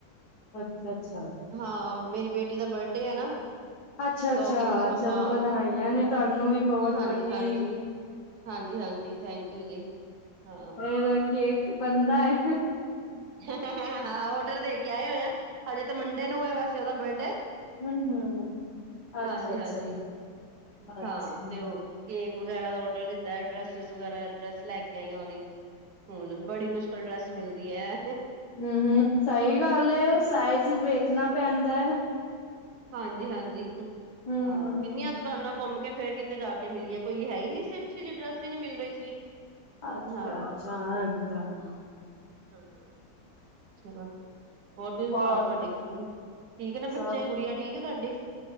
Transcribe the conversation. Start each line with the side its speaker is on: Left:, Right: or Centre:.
Left: ਅੱਛਾ, ਅੱਛਾ।
Right: ਹਾਂ, ਮੇਰੀ ਬੇਟੀ ਦਾ ਬਰਡੇ ਹੈ ਨਾ
Left: ਅੱਛਾ-ਅੱਛਾ
Right: ਤ ਓ ਕੈਂਦੀ ਸੀ
Left: ਚਲੋ
Right: ਹਾਂ,
Left: ਵਧਾਈਆਂ ਨੇ ਤੁਹਾਨੂੰ ਵੀ ਬਹੁਤ
Right: ਹਾਂਜੀ,
Left: ਵੱਡੀ
Right: ਹਾਂਜੀ। ਹਾਂਜੀ, ਹਾਂਜੀ ਥੈਂਕ ਯੂ ਜੀ। ਹਾਂ
Left: ਫੇਰ ਐ ਕੇਕ ਬੰਦਾ ਏ।
Right: <inaudible> ਔਡਰ ਦੇ ਕੇ ਆਏ ਹੋਏ ਓ, ਹਜੇ ਤੇ ਮੰਡੇ ਨੂੰ ਏ ਵੈਸੇ ਉਦਾ ਬਰਡੇ।
Left: ਹੂੰ-ਹੂੰ-ਹੂੰ ਅੱਛਾ-ਅੱਛਾ
Right: ਹਾਂਜੀ, ਹਾਂਜੀ
Left: ਅੱਛਾ
Right: ਹਾਂ ਤੇ ਓ ਕੇਕ ਵਗੈਰਾ ਦਾ ਔਡਰ ਦਿੱਤੈ, ਡਰੈਸੀਸ ਵਗੈਰਾ, ਡਰੈਸ ਲੈ ਕੇ ਆਈ ਆਂ ਓਦੀ। ਹੁਨ ਬੜੀ ਮੁਸ਼ਕਿਲ ਡਰੈਸ ਮਿਲਦੀ ਐ <inaudible>
Left: ਹੂੰ, ਹੂੰ ਸਈ ਗਾੱਲ ਏ ਸਾਇਜ਼ ਵੇਖਨਾ ਪੈਂਦੈ।
Right: ਹਾਂਜੀ, ਹਾਂਜੀ ਹਾਂ
Left: ਹੂੰ-ਹੂੰ
Right: ਕਿੰਨੀਆਂ ਦੁਕਾਨਾਂ ਘੁੰਮ ਕੇ ਫੇਰ ਕਿਤੇ ਜਾ ਕੇ ਮਿਲੀਏ, ਕੋਈ ਹੈ ਈ ਨੀ ਸੀ, ਅੱਛੀ ਜੀ ਡਰੈਸ ਈ ਨੀ ਮਿਲ ਰਈ ਸੀ।
Left: ਅੱਛਾ,
Right: ਹਾਂ
Left: ਅੱਛਾ ਹਾਂਜੀ, ਹਾਂਜੀ।
Right: ਹਾਂ, ਚਲੋ। ਹੋਰ ਤੂਸੀ
Left: ਬਹੁਤ
Right: ਸਾਓ ਤੂਆਡੀ ਠੀਕ ਨੇ
Left: ਸਭ
Right: ਬੱਚੇ, ਗੁੜੀਆ ਠੀਕ ਏ ਤੂਆਡੀ?